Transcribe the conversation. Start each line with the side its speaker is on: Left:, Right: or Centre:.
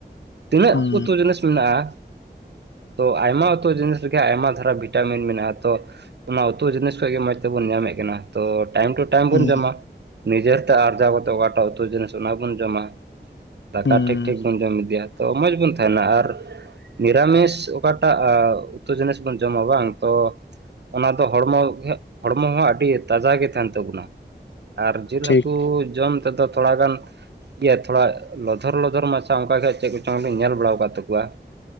Right: ᱛᱤᱱᱟᱹᱜ
Left: ᱦᱩᱸ
Right: ᱩᱛᱩ ᱡᱤᱱᱤᱥ ᱢᱮᱱᱟᱜᱼᱟ᱾ ᱛᱚ ᱟᱭᱢᱟ ᱩᱛᱩ ᱡᱤᱱᱤᱥ ᱨᱮᱜᱮ ᱟᱭᱢᱟ ᱫᱷᱟᱨᱟ ᱵᱷᱤᱴᱟᱢᱤᱱ ᱢᱮᱱᱟᱜᱼᱟ ᱛᱚ ᱚᱱᱟ ᱩᱛᱩ ᱡᱤᱱᱤᱥ ᱠᱷᱚᱱ ᱜᱮ ᱢᱚᱸᱡᱽ ᱛᱮᱵᱚᱱ ᱧᱟᱢᱮᱫ ᱠᱟᱱᱟ ᱛᱚ ᱴᱟᱭᱤᱢ ᱴᱩ ᱴᱟᱭᱤᱢ
Left: ᱦᱩᱸ
Right: ᱵᱚᱱ ᱡᱚᱢᱟ ᱾ ᱱᱤᱡᱮᱨ ᱛᱮ ᱟᱨᱡᱟᱣ ᱠᱟᱛᱮ ᱚᱠᱟᱴᱟᱜ ᱩᱛᱩ ᱡᱤᱱᱤᱥ ᱚᱱᱟ ᱵᱚᱱ ᱡᱚᱢᱟ ᱫᱟᱠᱟ
Left: ᱦᱩᱸ
Right: ᱴᱷᱤᱠ ᱴᱷᱤᱠ ᱵᱚᱱ ᱡᱚᱢ ᱤᱫᱤᱭᱟ ᱾ ᱛᱚ ᱢᱚᱡᱽ ᱵᱚᱱ ᱛᱟᱦᱮᱱᱟ ᱟᱨ ᱱᱤᱨᱟᱢᱤᱥ ᱚᱠᱟᱴᱟᱜ ᱩᱛᱩ ᱡᱤᱱᱤᱥ ᱵᱚᱱ ᱡᱚᱢᱟ ᱵᱟᱝ ᱛᱚ ᱚᱱᱟ ᱫᱚ ᱦᱚᱲᱢᱚ ᱦᱚᱲᱢᱚ ᱦᱚᱸ ᱟᱹᱰᱤ ᱛᱟᱡᱟ ᱜᱮ ᱛᱟᱦᱮᱱ ᱛᱟᱵᱚᱱᱟ ᱾ ᱟᱨ ᱡᱤᱞ
Left: ᱴᱷᱤᱠ
Right: ᱦᱟᱹᱠᱩ ᱡᱚᱢ ᱛᱮᱫᱚ ᱛᱷᱚᱲᱟᱜᱟᱱ ᱤᱭᱟᱹ ᱛᱷᱚᱲᱟ ᱞᱚᱫᱷᱚᱨ ᱞᱚᱫᱷᱚᱨ ᱢᱟᱪᱷᱟ ᱚᱱᱠᱟ ᱜᱮ ᱪᱮᱫ ᱠᱚᱪᱚᱝ ᱞᱤᱧ ᱧᱮᱞ ᱵᱟᱲᱟ ᱟᱠᱟᱫ ᱛᱟᱠᱚᱣᱟ ᱾